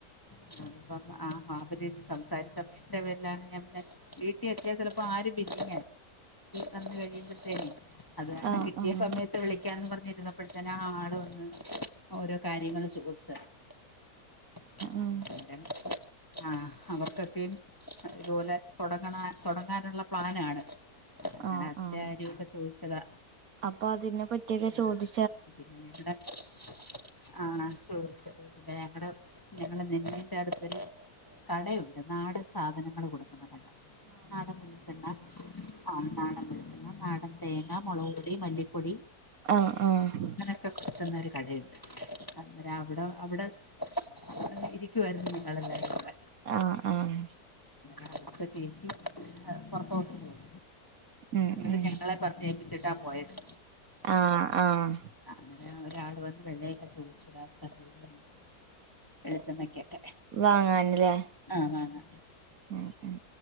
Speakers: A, on the left; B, on the right.
A: ആഹ് <unintelligible> സംസാരിച്ചേന്റെ പേരിലാണ് ഞാൻ പിന്നെ. വീട്ടിൽ എത്തിയാൽ ചെലപ്പോ ആരും <unintelligible> വീട്ടിൽ വന്നു കയ്യുമ്പോത്തേക്കും അത് കാരണം
B: ആഹ്
A: കിട്ടിയ
B: ആഹ്
A: സമയത്ത് വിളിക്കാന്ന് പറഞ്ഞിരുന്നപ്പതേനും. ആള് വന്ന് ഓരോ കാര്യങ്ങള് ചോദിച്ചതാ <unintelligible>
B: ഉം
A: ആഹ് അവർക്കൊക്കെയും. ഇതുപോലെ തുടങ്ങണ തുടങ്ങാനുള്ള പ്ലാനാണ്. അങ്ങനെ
B: ആഹ്
A: അതിന്റെ
B: ആഹ്
A: കാര്യക്കെ ചോദിച്ചതാ.
B: അപ്പൊ അതിനെ പറ്റിയല്ലെ
A: ആ
B: ചോദി
A: പിന്നെ <unintelligible> ആഹ് ചോർച്ച പിന്നെ ഞങ്ങടെ ഞങ്ങളെ നെല്ലിന്റെ അടുത്തൊരു കടയുണ്ട് നാടൻ സാധനങ്ങൾ കൊടുക്കുന്ന കട. നാടൻ വെളിച്ചെണ്ണ ആഹ് നാടൻ വെളിച്ചെണ്ണ നാടൻ തേങ്ങ മുളക് പൊടി മല്ലിപ്പൊടി.
B: ആഹ് ആഹ്
A: ഒക്കെ കൊർച്ചുന്ന ഒരു കടയുണ്ട് അന്നേരം അവിടെ അവിടെ. <unintelligible> ഇരിക്കുവായിരുന്നുണ്ട് ഞങ്ങളെല്ലാവരൂടെ
B: ആഹ് ആഹ്
A: അട്ത്തെചേച്ചി എ പുറത്തോട്ട് പോയി
B: ഉം
A: അന്നേരം
B: ഉം
A: ഞങ്ങളെ പറ ഞ്ഞേപ്പിച്ചിട്ടാ പോയത്
B: ആഹ് ആഹ്
A: അങ്ങന ഒരാള് വന്ന് വെലയൊക്കെ ചോദിച്ചതോ <unintelligible> വെളിച്ചെണ്ണയ്ക്കൊക്കെ
B: വാങ്ങാന്ല്ലേ
A: ആഹ് വാങ്ങ
B: ഉം ഉം